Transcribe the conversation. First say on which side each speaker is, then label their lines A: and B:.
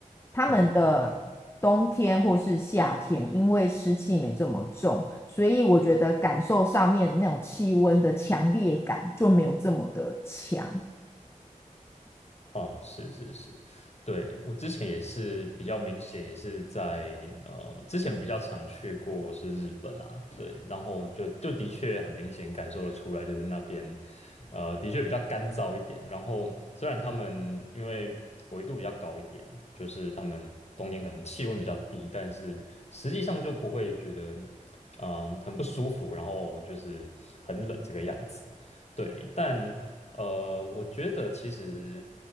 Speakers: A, on the left; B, on the left.
A: 他们的冬天或是夏天，
B: 嗯。嗯。
A: 因为湿气没这么重，所以我觉得感受上面那种气温的强烈感就没有这么的强。
B: 哦，是是是，对，我之前也是比较明显，也是在呃之前比较常去过是日本啊，对，然后就就的确很明显感受得出来，就是那边呃的确比较干燥一点。然后虽然他们因为纬度比较高一点，就是他们冬天可能气温比较低，但是实际上就不会觉得嗯、很不舒服，然后就是很冷这个样子。对，但呃，我觉得其实